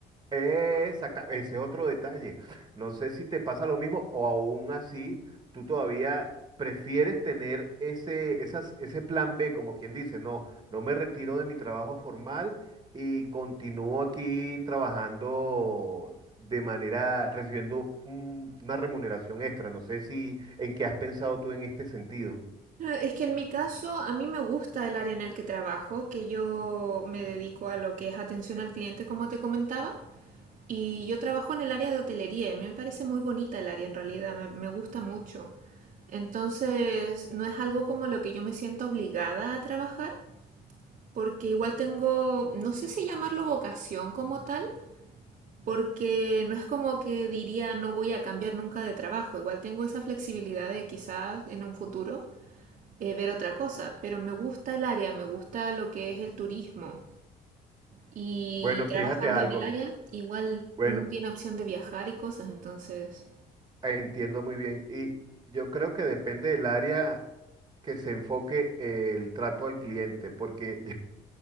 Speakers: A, on the right; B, on the right.
A: Exacto, ese otro detalle. No sé si te pasa lo mismo o aún así tú todavía prefieres tener ese, esas- ese plan B, como quien dice, no, no me retiro de mi trabajo formal y continúo aquí trabajando de manera, recibiendo un- una remuneración extra. No sé si en qué has pensado tú en este sentido.
B: Ah, Es que en mi caso, a mí me gusta el área en el que trabajo, que yo me dedico a lo que es atención al cliente, como te comentaba, y yo trabajo en el área de hotelería, y me parece muy bonita el área en realidad, me me gusta mucho. Entonces, no es algo como lo que yo me siento obligada a trabajar, porque igual tengo, no sé si llamarlo vocación como tal, porque no es como que diría no voy a cambiar nunca de trabajo, igual tengo esa flexibilidad de quizás en un futuro eh, ver otra cosa, pero me gusta el área, me gusta lo que es el turismo y
A: Bueno,
B: trabajando
A: fíjate algo.
B: en el área igual
A: Bueno,
B: uno tiene opción de viajar y cosas, entonces...
A: Entiendo muy bien. Y yo creo que depende del área que se enfoque el trato al cliente, porque